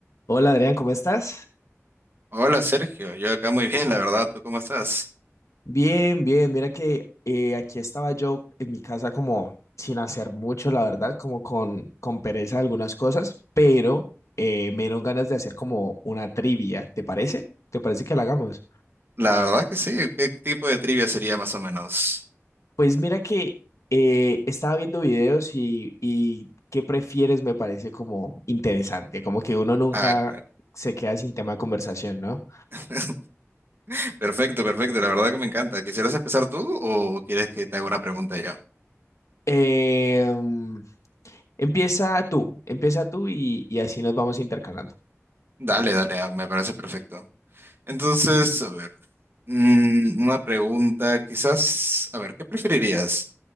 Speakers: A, on the left; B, on the right.
A: Hola Adrián, ¿cómo estás?
B: Hola Sergio, yo acá muy bien, la verdad, ¿tú cómo estás?
A: Bien, bien. Mira que eh, aquí estaba yo en mi casa como sin hacer mucho, la verdad, como con, con pereza de algunas cosas, pero eh, me dieron ganas de hacer como una trivia, ¿te parece? ¿Te parece que la hagamos?
B: La verdad que sí, ¿qué tipo de trivia sería más o menos?
A: Pues mira que eh, estaba viendo videos y, y qué prefieres me parece como interesante, como que uno nunca
B: Ah, claro.
A: se queda sin tema de conversación, ¿no?
B: <laughs> Perfecto, perfecto, la verdad que me encanta. ¿Quisieras empezar tú o quieres que te haga una pregunta yo?
A: Em, empieza tú, empieza tú y, y así nos vamos intercalando.
B: Dale, dale, ah, me parece perfecto. Entonces, a ver, mm, una pregunta quizás, a ver, ¿qué preferirías?